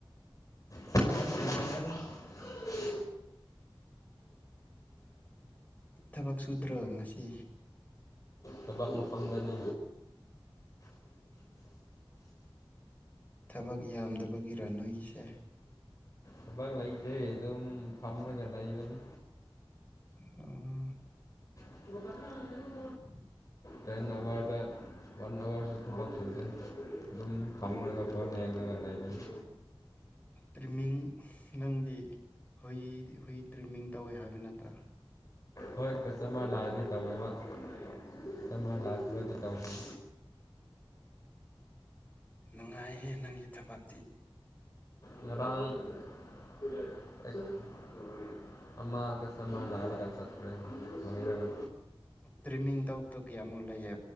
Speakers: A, on the left (about 35°); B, on the left (about 15°).
A: ꯃ ꯃꯗ <unintelligible>
B: ꯊꯕꯛ ꯁꯨꯗ꯭ꯔꯣ ꯉꯁꯤ
A: ꯇꯕꯥꯛ ꯃꯐꯝꯗꯅꯤ
B: ꯊꯕꯛ ꯌꯥꯝꯗꯕꯒꯤ ꯔꯅꯣꯏꯁꯦ
A: ꯊꯕꯛ ꯂꯩꯇꯦ ꯑꯗꯨꯝ ꯐꯝꯃꯒ ꯂꯩꯕꯅꯤ
B: ꯎꯝ
A: <inaudible>
B: ꯎꯝ
A: ꯇꯦꯟ ꯑꯋꯥꯔꯗ ꯋꯥꯟ ꯑꯋꯥꯔꯁꯨ ꯊꯕꯛ ꯁꯨꯗꯦ ꯑꯗꯨꯝ ꯈꯝꯂꯒ ꯐꯣꯟ ꯍꯦꯛꯉꯒ ꯂꯩꯃꯤꯅꯤ
B: ꯇ꯭ꯔꯤꯃꯤꯡ ꯅꯪꯗꯤ ꯍꯨꯏ ꯍꯨꯏ ꯇ꯭ꯔꯤꯝꯃꯤꯡ ꯇꯧꯋꯦ ꯍꯥꯏꯕ ꯅꯠꯇ꯭ꯔꯥ
A: ꯍꯣꯏ ꯆꯝꯃꯥ ꯂꯥꯛꯑꯗꯤ ꯇꯧꯋꯣꯏꯕꯝꯃ ꯂꯥ ꯈꯔꯗꯤ ꯇꯧꯦ
B: ꯅꯨꯡꯉꯥꯏꯍꯦ ꯅꯪꯒꯤ ꯊꯕꯤ
A: ꯃꯥꯡ <unintelligible> ꯑꯃꯃ ꯀꯁꯃ ꯂꯥꯔꯒ ꯆꯠꯦ ꯑꯣꯏꯔꯒ
B: ꯇ꯭ꯔꯤꯃꯤꯡ ꯇꯧꯕꯗꯣ ꯀꯌꯥꯃꯨꯛ ꯂꯩꯌꯦ